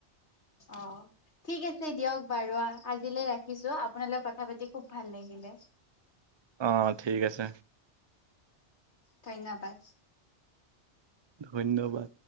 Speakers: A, on the left; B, on the right.
A: অঁ' ঠিক আছে দিয়ক বাৰু আজিলৈ ৰাখিছো আপোনাৰ লগত কথা পাতি খুব ভাল লাগিলে।
B: অঁ ঠিক আছে।
A: ধন্যবাদ।
B: ধন্যবাদ।